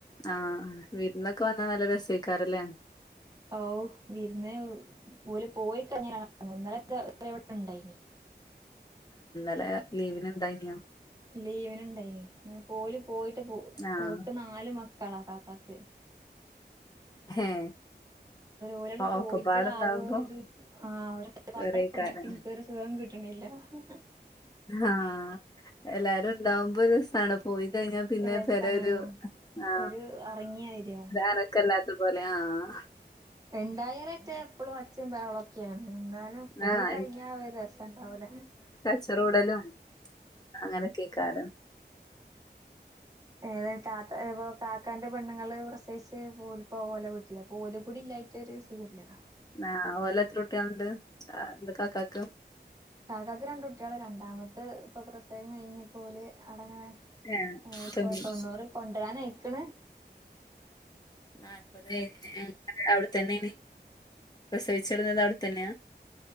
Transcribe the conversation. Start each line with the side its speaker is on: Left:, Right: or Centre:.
Left: ആഹ വീരുന്നൊക്കെ വന്നാ നല്ല രസിക്കാരല്ലേ?
Right: ഹാവൂ വിരുന്ന് ഓല് പോയിക്കഴിഞ്ഞാലാണ് പണി ഇന്നെലക്കെ ഇതവരെ ഇവിടെ ഇണ്ടായിനി.
Left: ഇല്ല ലീവിനുണ്ടായിനോ?
Right: ലീവന്ണ്ടായിനി പോലും പോയിട്ട് പോ
Left: ആഹ്
Right: ഓക്ക് നാല് മക്കളാ താത്താക്ക്.
Left: ഹേ
Right: ഒലണ് പോയിട്ട്
Left: ഒക്കെപാടെണ്ടാവുമ്പോ
Right: അത് ഒരു ആ ഒച്ചപാട്‌
Left: ഏറെയ്ക്കാരം
Right: കൊറഞ്ഞിട്ട് എനിക്ക് ഒരു സുഖം കിട്ട ട്ട്ണില്ല. <unintelligible>
Left: ആഹ എല്ലാരും ഇണ്ടാവുമ്പോ രസാണ് പോയി കഴിഞ്ഞ പിന്നെ
Right: രസാണ്
Left: പെരെല് ആ
Right: ഒരു അറങ്ങിയ വരിയാ
Left: അനക്കല്ലത്തെ അതുപോലെ ആഹ
Right: ഇണ്ടായ അയിറ്റഎപ്പഴും ഒച്ചം ബഹളൊക്കെയാണ് എന്നാലും പോയി
Left: ആഹ്
Right: കഴിഞ്ഞാ ഒരു രസണ്ടാവൂല്ല.
Left: കച്ചറുടലും അങ്ങനെയൊക്കെകാരം. <unintelligible>
Right: ഏ തത്തപ്പോ കാ <unintelligible> കക്കാൻന്റെ പെണ്ണ്ങ്ങള് പ്രസയിച്ച് ഓല്‌പ്പോ ഓലെ വീട്ടില്ലപ്പലും കൂടി ഇല്ലായിട്ടൊരു സുഖല്ല.
Left: ആഹ ഓലത്ര കുട്ടാള്ണ്ട് അന്റെ കാക്കക്ക്.
Right: കാക്കക്ക് രണ്ട് കുട്ടികള് രണ്ടാമത്ത് ഇപ്പൊ പ്രസവം കഴിഞ്ഞ് പോല് അവിടെ അങ്ങനെ-
Left: ഏഹ്
Right: ഹ്ഇപ്പൊ തൊണ്ണൂറ് കൊണ്ടരാനയ്ക്കണ്.
Left: നാൽപത് കഴിഞ്ഞ് ഉം അവര് അവിടെതന്നെനി പ്രസവിച്ചെടുന്നത് അവിടെത്തന്നെയാ?